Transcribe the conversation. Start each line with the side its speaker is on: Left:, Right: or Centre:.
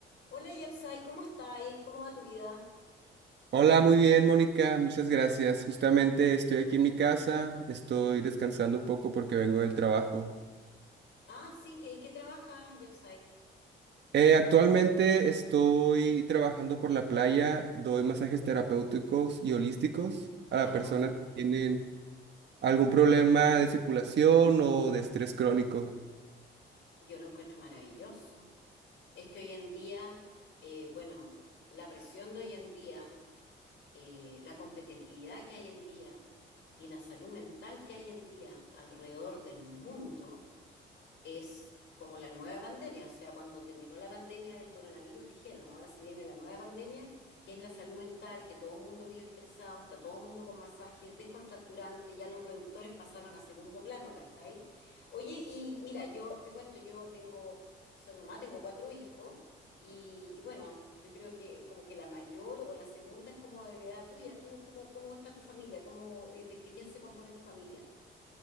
Left: Hola Yapsai, ¿cómo estáis? ¿Cómo va tu vida?
Right: Hola, muy bien, Mónica, muchas gracias. Justamente estoy aquí en mi casa, estoy descansando un poco porque vengo del trabajo.
Left: Ah, sí, ¿en qué trabajas, Yapsai?
Right: Eh, actualmente estoy trabajando por la playa, doy masajes terapéuticos y holísticos a
Left: Ah, no,
Right: personas
Left: tú-
Right: que tienen algún problema de circulación o de estrés crónico.
Left: yo lo encuentro maravilloso. Es que hoy en día, eh, bueno, la presión de hoy en día, eh, la competitividad que hay en día y la salud mental que hay en día alrededor del mundo es como la nueva pandemia. O sea, cuando terminó la pandemia del coronavirus, dijeron, ahora se viene la nueva pandemia, que es la salud mental, que todo el mundo vive estresado, está todo el mundo con masajes descontracturantes, ya los reductores pasaron a segundo plano, ¿cachai? Oye, y mira, yo te cuento, yo tengo, soy mamá, tengo cuatro hijos. Y, y bueno, yo creo que como que la mayor o la segunda es como de la edad tuya. ¿Tú cómo, cómo está tu familia? ¿Cómo, de, de- de quién se compone tu familia?